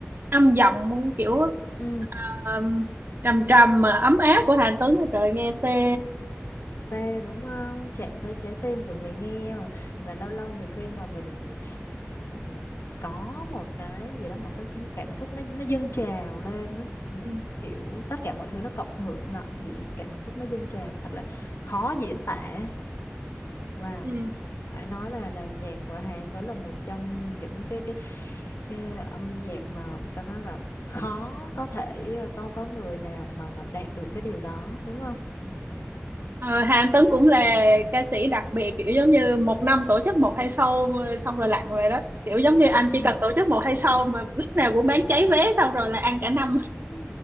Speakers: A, on the right (about 50°); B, on the left (about 80°).
A: âm giọng kiểu
B: ừ
A: um, trầm trầm mà ấm áp của Hàn Tuấn trời nghe phê
B: phê đúng không chạm tới trái tim của người nghe mà. và lâu lâu nhiều khi mà mình ừm, có một cái gì đó một cái, cái cảm xúc nó nó dâng trào lên đó. Nó-
A: ừ.
B: kiểu tất cả mọi thứ nó cộng hưởng lại thì cảm xúc nó dâng trào thật là khó diễn tả wow
A: ừ.
B: phải nói là là nhạc của Hà Anh Tuấn là một trong những cái cái, cái âm nhạc mà ta nói là khó có thể ờ, có có người nào mà mà đạt được cái điều đó đúng không ừ.
A: Ờ, Hà Anh Tuấn cũng là ca sĩ đặc biệt kiểu giống như một năm tổ chức một hai show ờ, xong rồi lặn về đó kiểu giống như anh
B: Ừ.
A: chỉ cần tổ chức một hai show mà lúc nào cũng bán cháy vé xong rồi là ăn cả năm
B: Ừ,